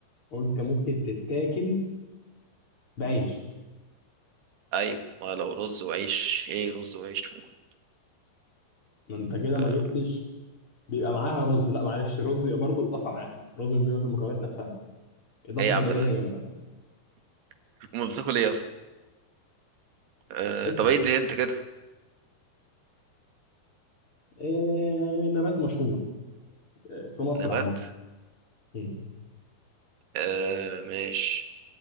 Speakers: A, on the left; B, on the right.
A: قلت ممكن تتاكل بعيش
B: ايوه ما لو رز وعيش ايه رز وعيش ممكن
A: ما انت كده
B: آه...
A: ما جبتش بيبقى معاها رز لا معلش الرز بيبقى برضه اضافه معاها الرز بيبقى في المكونات نفسها اضافه
B: ايه يا
A: جانبيه
B: عم ده
A: جنبها
B: <laughs> امال بتاكل ايه اصلا آه...
A: اسال
B: طب ايه دي انت كده
A: إيه نبات مشهور إيه في مصر
B: نبات
A: عامه مم.
B: آه... ماشي